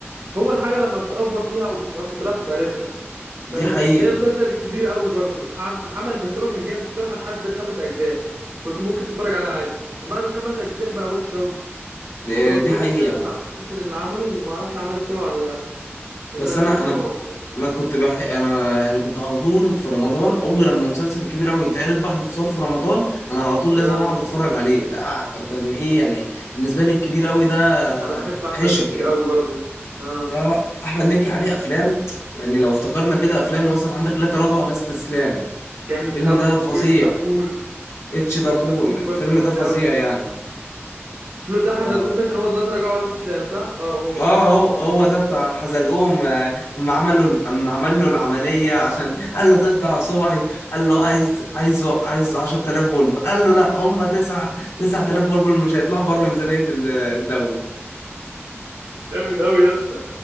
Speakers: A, on the right; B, on the left.
A: هو الحاجه لما بتأفور فيها او بتبقى كترها بتبقى رخمه فاهم
B: دي حقيقه
A: زي مسلسل الكبير قوي برضو عم- عمل بس هو كان جامد الصراحه لحد الخمس اجزاء كنت ممكن تتفرج عليه عادي من بعد الخمس اجزاء بقى وحش قوي
B: إيه،
A: اللي هو الجزء
B: دي حقيقه
A: السادس اعتقد اللي عمله وما اعرفش عمل السابع ولا لا لان
B: بس
A: انا ما
B: انا
A: بقتش اتابعه
B: انا
A: من الاخر
B: انا كنت بح... انا يعني كنت على طول في رمضان اول لما مسلسل كبير قوي يتعرض بعد الفطار في رمضان انا على طول لازم
A: اه
B: اقعد اتفرج عليه ده كان ايه يعني بالنسبه لي الكبير قوي ده
A: انا بحب احمد
B: عشق
A: مكي
B: يعني
A: قوي برضو اه
B: ده احمد مكي عليه افلام يعني لو افتكرنا كده افلام مثلا عندك لا تراجع ولا استسلام
A: جامد
B: الفيلم
A: قوي
B: ده فظيع
A: واتش دبور
B: اتش دبور
A: واتش دبور
B: الفيلم
A: برضو جامد
B: ده فظيع
A: قوي
B: يعني
A: الفيلم بتاع
B: ف
A: حزلقوم ده كان هو لا تراجع ولا استسلام صح اه هو
B: اه هو هو ده بتاع حزلقوم آه، اما عملوا ال- اما عمل له العمليه عشان قال له تقطع صبعي قال له عايز عايزه عايز 10000 بلبل قال له لا هم 9 9000 بلبل مش هيطلعوا بره ميزانيه ال- الدوله
A: جامد قوي يا اسطى